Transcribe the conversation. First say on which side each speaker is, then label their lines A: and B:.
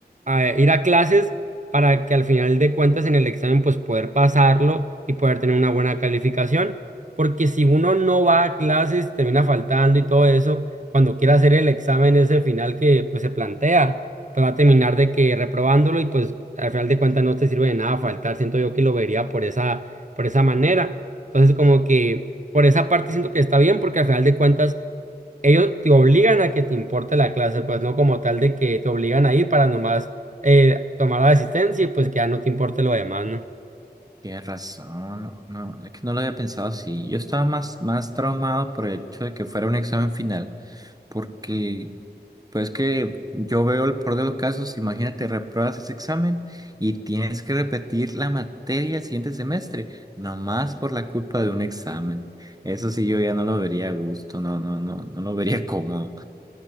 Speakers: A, on the right; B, on the right.
A: eh, ir a clases para que al final de cuentas en el examen pues poder pasarlo y poder tener una buena calificación. Porque si uno no va a clases, termina faltando y todo eso, cuando quiera hacer el examen ese final que pues se plantea pues va a terminar de que reprobándolo y pues al final de cuentas no te sirve de nada faltar. Siento yo que lo vería por esa, por esa manera. Entonces como que por esa parte siento que está bien porque al final de cuentas ellos te obligan a que te importe la clase, pues no como tal de que te obligan a ir para nomás eh, tomar la asistencia y pues que ya no te importe lo demás, ¿no?
B: Tienes razón, no, no, es que no lo había pensado así. Yo estaba más, más traumado por el hecho de que fuera un examen final, porque pues que yo veo el peor de los casos, imagínate, repruebas ese examen y tienes que repetir la materia el siguiente semestre, nomás por la culpa de un examen. Eso sí, yo ya no lo vería a gusto, no, no, no, no lo vería <laughs> cómodo.